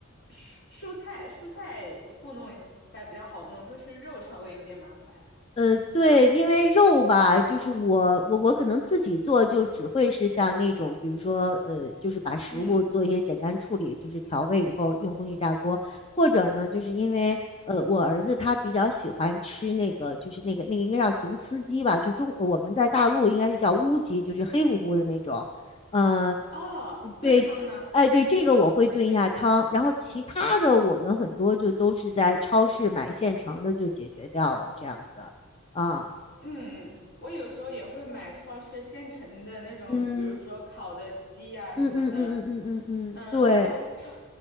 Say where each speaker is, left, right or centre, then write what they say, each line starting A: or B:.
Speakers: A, on the left; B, on the left.
A: 蔬蔬菜蔬菜糊弄一下比较好弄，就是肉稍微有点麻烦。
B: 呃，对，因为肉吧，就是我我我可能自己做就只会是像那种，比如说呃，就是把食物做一些简单处理，
A: 嗯，
B: 就是调味以后用空气炸锅，或者呢，就是因为呃我儿子他比较喜欢吃那个，就是那个那个应该叫竹丝鸡吧，就中我们在大陆应该是叫乌鸡，就是黑乎乎的那种，嗯。
A: 哦，炖汤吗？
B: 对，哎，对，这个我会炖一下汤，然后其他的我们很多就都是在超市买现成的就解决掉了，这样子啊，
A: 嗯，我有时候也会买超市现成的那种，
B: 嗯
A: 比如说烤的鸡呀、
B: 嗯嗯嗯嗯嗯嗯嗯，
A: 什么的。嗯，
B: 对。
A: 然后超